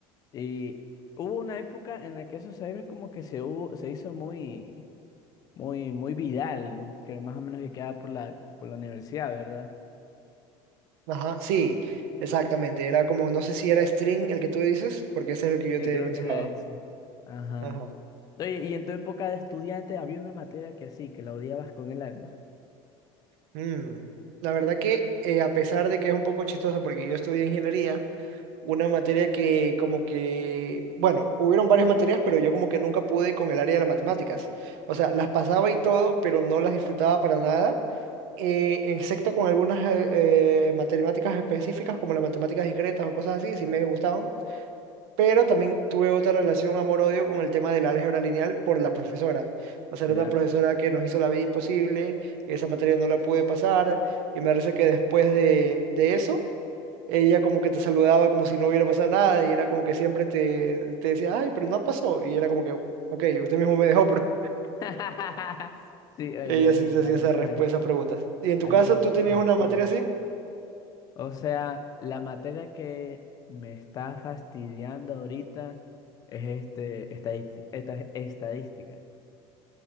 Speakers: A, on the left (about 30°); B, on the right (about 75°).
A: Y hubo una época en la que esos cyber como que se hubo, se hizo muy, muy, muy viral, que más o menos que quedaba por la, por la universidad, ¿verdad?
B: Ajá, sí, exactamente. Era como, no sé si era string el que tú dices, porque ese es el que yo
A: Sí,
B: te
A: creo
B: mencionaba.
A: que era ese. Ajá.
B: Ajá.
A: Oye, y en tu época de estudiante había una materia que así, que la odiabas con el alma.
B: Mm. La verdad que eh, a pesar de que es un poco chistoso porque yo estudié ingeniería, una materia que como que, bueno, hubieron varias materias, pero yo como que nunca pude con el área de las matemáticas. O sea, las pasaba y todo, pero no las disfrutaba para nada, eh, excepto con algunas eh, eh, matemáticas específicas como las matemáticas discretas o cosas así, sí me gustaban Pero también tuve otra relación amor-odio con el tema del álgebra lineal por la profesora. O sea, era
A: ¿Ya?
B: una profesora que nos hizo la vida imposible, y esa materia no la pude pasar, y me parece que después de, de eso, ella como que te saludaba como si no hubiera pasado nada, y era como que siempre te, te decía, ay, pero no pasó, y era como que, ok, usted mismo me dejó, pero
A: <laughs> Sí,
B: <laughs>
A: oye,
B: ella sí
A: es verdad,
B: se hacía esas
A: esas
B: respu-
A: hay,
B: esas preguntas. ¿Y en tu
A: hay
B: caso
A: profesores
B: tú tenías una
A: así.
B: materia así?
A: O sea, la materia que me está fastidiando ahorita es este, estadis- esta- estadística.